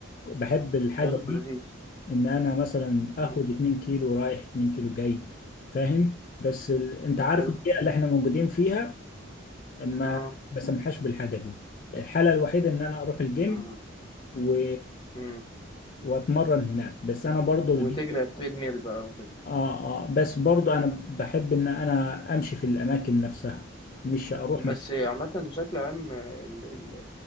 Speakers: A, on the left; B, on the left.
A: بحب الحاجه
B: حلو
A: دي
B: لذيذ
A: ان انا مثلا اخد
B: مم.
A: 2 كيلو رايح 2 كيلو جاي فاهم بس ال... انت عارف
B: حلو
A: البيئه اللي احنا موجودين فيها ما
B: آه
A: بسمحاش بالحاجه دي الحاله الوحيده ان انا اروح الجيم
B: مم.
A: و...
B: مم.
A: واتمرن هناك بس انا برضو
B: وتجري
A: الجيم
B: على التريد ميل بقى
A: اه اه بس برضو انا بحب ان انا امشي في الاماكن نفسها مش اروح
B: بس
A: مكان
B: عامة بشكل عام ال- ال-